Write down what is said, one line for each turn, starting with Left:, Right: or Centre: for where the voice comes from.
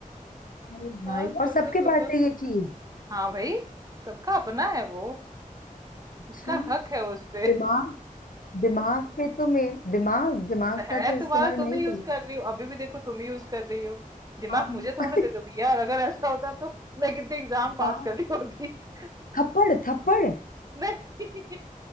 Left: अरे
Right: हाँ
Left: भाई
Right: सोचो
Left: और सबके
Right: सोचो
Left: पास
Right: सोचो
Left: है ये चीज
Right: हाँ भाई सबका अपना है वो
Left: अच्छा
Right: उसका हक है उस पे
Left: दिमाग दिमाग पे तो मैं दिमाग दिमाग का
Right: है
Left: तो इस्तेमाल
Right: तुम्हारा तुम
Left: मैं ही
Right: ही यूज
Left: करूँ
Right: कर रही हो अभी भी देखो तुम ही यूज कर रही हो दिमाग
Left: हाँ
Right: मुझे थोड़े दे दोगी यार अगर ऐसा होता तो मैं कितने एग्जाम पास
Left: हाँ
Right: कर रही होती <laughs>
Left: थप्पड़ थप्पड़
Right: नहीं